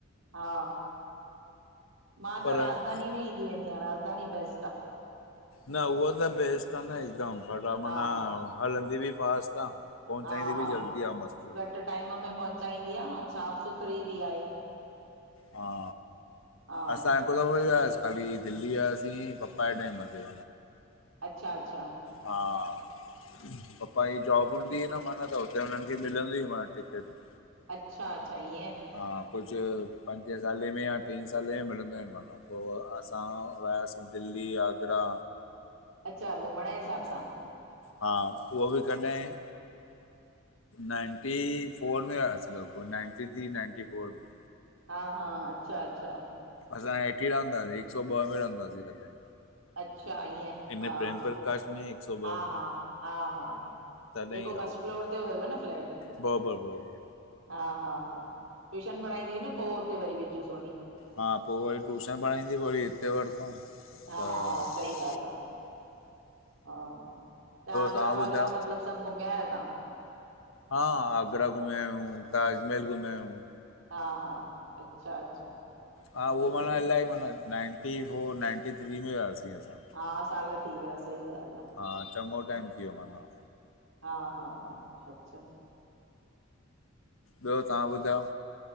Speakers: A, on the right (about 85°); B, on the left (about 75°).
A: हा मां
B: पर
A: त राजधानी
B: न
A: में ईंदी वेंदी आहियां राजधानी बेस्ट आहे
B: न उहाो त बेस्ट क न हिकदमि फटा मना
A: हा
B: हलंदी बि फास्ट आहे। पहुचाईंदी
A: हा हा
B: बि जल्दी आहे मस्तु।
A: घटि टाइम में पहुचाईंदी आहे ऐं साफ़ सुथरी बि आहे।
B: हा
A: हा
B: असां क खाली दिल्ली वयासीं पपा जे टाइम असे
A: अचछा अचछा,
B: हा पंहिंज जॉब हूंदी न मन त हुते हुननि खे मिलंदी ई ॿ टिकेटूं।
A: अच्छा -अच्छा ईअं,
B: हा कुझु पंजे सालें में या टी सालें में मिलंदो आहिनि मामा। पोइ असां वियासीं दिल्ली, आगरा।
A: अच्छा घुमण जे हिसाब सां।
B: हा उहो बि कॾहिं, नाइनटी फोर में वयासीं लगभग नाइनटी थ्री नाइनटी फोर में।
A: हा हा अच्छा अच्छा,
B: असां हेएठी रहंदासीं हिकु सौ ॿ में रहंदासीं तॾहिं।
A: अच्छा ईअं
B: इन
A: हा
B: प्रेम प्रकाश में हिकु सौ ॿ
A: हा
B: में
A: हा हा हा
B: तॾहिं
A: जेको
B: जी
A: फस्ट
B: ॻाल्हि आहे
A: फ्लोर
B: माना
A: ते हुयव न फ्लैट।
B: बरोबरि बरोबरि
A: हा हा हा ट्यूशन पढ़ाईंदी हुई न पोइ हुते वरी विझूं सोनी।
B: हा पोइ वरी टूशन पढ़ाईंदी वरी हिते वरितऊं।
A: हा
B: त ॿियो
A: हा सही ॻाल्हि आहे। हा त आगरा
B: तव्हां
A: वागरा
B: ॿुधायो
A: मतलब सभु घूमया आहियो तव्हां।
B: हा आगरा घुमया आहियूं ताजमहल घुमिया आहियूं।
A: हा- हा, अच्छा -अच्छा,
B: हा
A: सुठी
B: उहो मन
A: ॻाल्हि
B: इलाही मन नाइंटी फोर नाइंटी थ्री में हुियासीं असां
A: हा साल थी विया सही ॻाल्हि आहे।
B: हा चङो टाइम थी वियो मन।
A: हा हा हा अच्छा,
B: ॿियो तव्हां ॿुधायो।